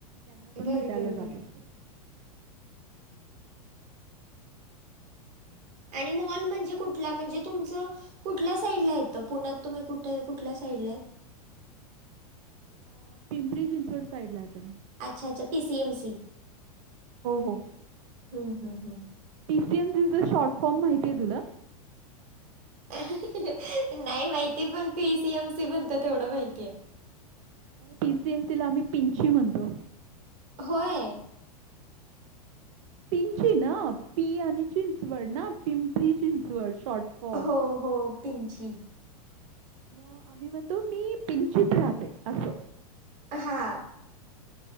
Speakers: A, on the right; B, on the right.
A: त्यांना
B: बर
A: पण भेटायला
B: बर
A: जात
B: बर.
A: असते.
B: आणि मॉल म्हणजे कुठला? म्हणजे तुमचं कुठल्या साईडला येतं, पुण्यात तुम्ही कुठंय? कुठल्या साईडला आहेत?
A: अ, पिंपरी चिंचवड साईडला येतंय.
B: अच्छा अच्छा, पी सी एम सी.
A: हो.. हो.
B: हं.. हम.. हम.
A: पी सी एम सीचं शॉर्ट फॉर्म माहिती आहे तुला?
B: नाही माहिती, पण पी सी एम सी म्हणतात तेवढं माहितीय.
A: पी सी एम सीला आम्ही पिंची म्हणतो.
B: होय?
A: पिंचि ना? पी आणि चिंचवड ना, पिंपरी चिंचवड शॉर्ट. फॉर्म
B: हो हो, पिंची.
A: मग आम्ही म्हणतो, मी पिंचित राहते असं.
B: हा.